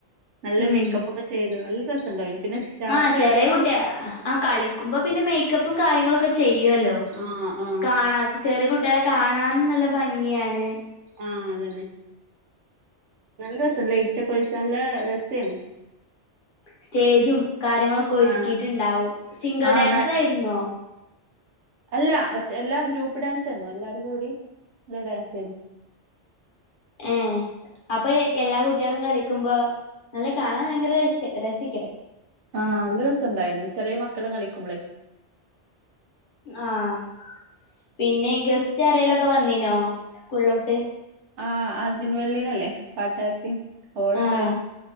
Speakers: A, on the right; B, on the left.
A: നല്ല
B: ഉം
A: മേക്കപ്പൊക്കെ ചെയ്ത് നല്ല രസണ്ടയിന് പിന്നെ രാത്രി
B: ആഹ ചെറിയെ കുട്ടിയാ ആഹ കളിക്കുമ്പോ പിന്നെ മേക്കപ്പും കാര്യങ്ങളൊക്കെ ചെയ്യുവല്ലോ
A: ആഹ് ആഹ്
B: കാണാംചെറിയകുട്ടിളെകാണാനും നല്ലഭംഗിയാണ്
A: ആഹ അതന്നെ നല്ലരസംലൈറ്റൊക്കെ ഒഴിച്ചാല് രസായിരുന്നു
B: സ്റ്റേജുംകാര്യങ്ങളൊക്കെ ഒരുക്കിയിട്ടുണ്ടാവുംസിംഗിൾ
A: ആഹ് ആഹ്
B: ഡാൻസ്യിരുന്നോ?
A: അല്ലഎല്ലാംഗ്രൂപ്പ്ഡാൻസായിരുന്നു എല്ലാവരുംകൂടിംഇളഡാൻസായിരുന്നു
B: ഏഹ് അപ്പൊ ഏൽക്കേ എല്ലാ കുട്ടികളും കളിക്കുമ്പോ നല്ല കാണാൻ ഭയങ്കര രസരസയ്കാരം
A: ആഹ നല്ല രസണ്ടായിന് ചെറിയ മക്കള് കളിക്കുമ്പോളെ
B: ആഹ പിന്നെ ഗസ്റ്റ് ആരെേലൊക്കെ വന്നീനോ സ്കൂളിലോട്ട്
A: ആഹ അസിൻവെള്ളീനല്ലേ പാട്ടെരത്തി ഓളുണ്ടായിരുന്നു
B: ആഹ്